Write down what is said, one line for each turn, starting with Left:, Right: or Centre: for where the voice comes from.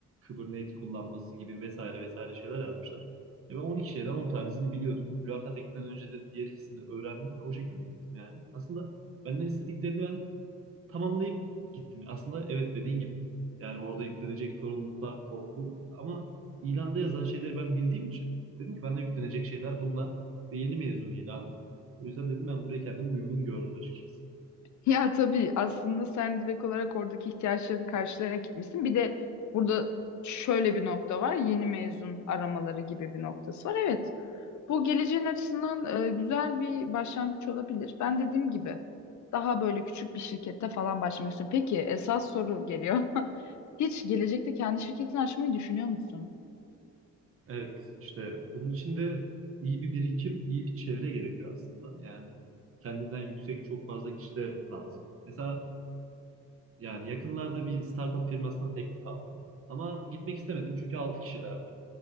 Right: Kubernetes kullanması gibi vesaire vesaire şeyler yazmışlar. E ben 12 şeyden 10 tanesini biliyordum. Mülakata gitmeden önce de diğer ikisini de öğrendim ve o şekilde gittim yani. Aslında benden istediklerini ben tamamlayıp gittim. Aslında evet dediğin gibi. Yani orada yüklenecek sorumluluklar, korku ama ilanda yazan şeyleri ben bildiğim için dedim ki bana yüklenecek şeyler bunlar ve yeni mezun ilanı. O yüzden dedim ben buraya kendimi uygun gördüm açıkçası.
Left: Ya tabii aslında sen direkt olarak oradaki ihtiyaçları karşılayarak gitmişsin. Bir de burada şöyle bir nokta var. Yeni mezun aramaları gibi bir noktası var. Evet, bu geleceğin açısından e, güzel bir başlangıç olabilir. Ben dediğim gibi daha böyle küçük bir şirkette falan başlamak istiyorum. Peki esas soru geliyor. <laughs> Hiç gelecekte kendi şirketini açmayı düşünüyor musun?
Right: Evet işte bunun için de iyi bir birikim, iyi bir çevre gerekiyor aslında. Yani kendinden yüksek çok fazla kişi de lazım. Mesela yani yakınlarda bir startup firmasına teklif aldım. Ama gitmek istemedim çünkü 6 kişilerdi.